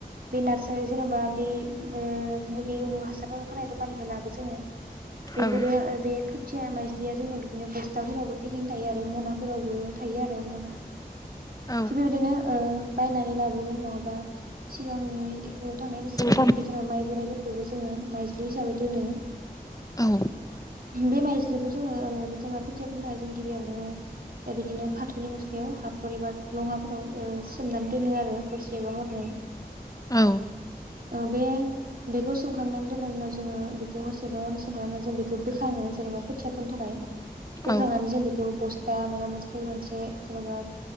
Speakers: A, on the right; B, on the left.
A: बे नारसारि जेनोबा बे ओ मुलि होनो हासार फाननाय दखाननिफ्राय लाबो जोङो। बेफोरो
B: औ
A: ओ बे खो थिया माइज्लिया जोंनिया बिदिनो बस्थाफोरावबो पेकिं थायो आरो मनाफोरावबो थायो आरो मना
B: औ
A: थिग बेबायदिनो ओ बायनानै लाबोगोन नङाबा सिगांनि इ थांनाय
B: औ
A: बोसोरनि बे जेनेबा माइ बोराइफोरखौबो जोङो माइज्लि हिसाबै दोनो।
B: औ
A: बे माइज्लिखौ जोङो ओ जेनबा खोथियाफोरनि थाखाय जों गिबियावनो बिदिनो फाथोनि बस थायाव हाखर एबा लङाफोराव ओ सोमनानै दोनो आरो हरसे बा हरनै।
B: औ।
A: औ बे बेखौ सोमखांनानै दोननायनि उनाव जोङो बेखौ हरसेबा हरनै सोमखांनानै जों बेखौ बोखाङो जेनेबा खोथिया फोनो थाखाय। बोखांनानै
B: औ
A: जों बेखौ बस्था मायबा मोनसे मोनसे जेन'बा